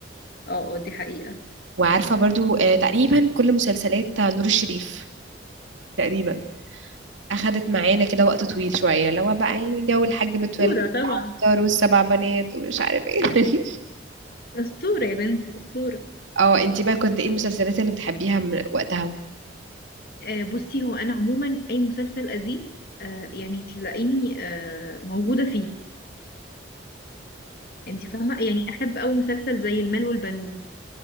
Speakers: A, on the left; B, on the right.
A: اه اه دي حقيقة
B: وعارفه برضو آه تقريبا كل مسلسلات نور الشريف تقريبا اخدت معانا كده وقت طويل شويه اللي هو بقى إيه جو الحاج متولي
A: أسطورة طبعا
B: طاروا السبع بنات ومش عارف ايه <laughs>
A: أسطورة يا بنتي أسطورة
B: اه انتي بقى كنت ايه المسلسلات اللي بتحبيها من وقتها
A: آه بصي هو أنا عموما أي مسلسل قديم آه يعني تلاقيني آه موجودة فيه انت فاهمة يعني أحب أوي مسلسل زي المال والبنون